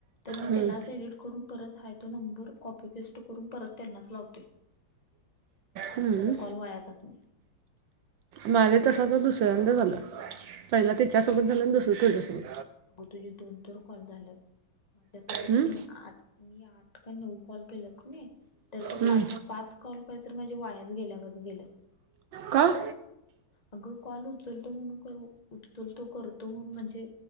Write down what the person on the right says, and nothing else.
हम्म
हम्म.
माझे तसं तर दुसऱ्यांदा झालं, पहिल तिच्यासोबत झालं आणि दुसरं तुझ्यासोबत.
हम्म
हम्म
कां.